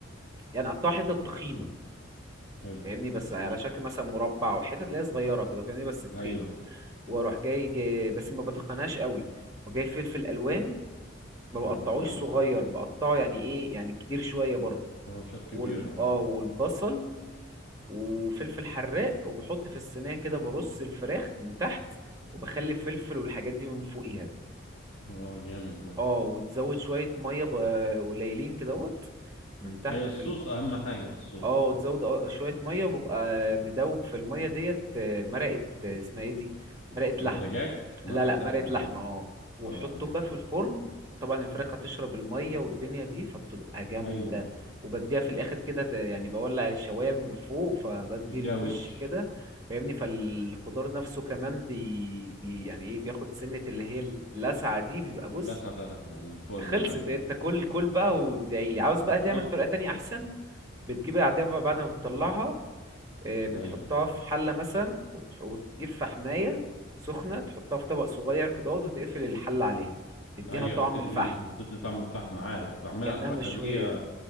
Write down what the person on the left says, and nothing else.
حلو
ايوه
حلو اه لا،
طرنشات كبيره
اه
اه جامد ده
ايوه الصوص
اهم حاجه الصوص
ده
مرقه
دجاج
مرقه
لحمه
اه
اه
ايوه
تديها
وش
اللسعة بتاعت الح- الفرن
أيوه
بالظبط
أيوه
أيوه
بتدي
تدي طعم الفحم عارف بعملها
الحركة
دي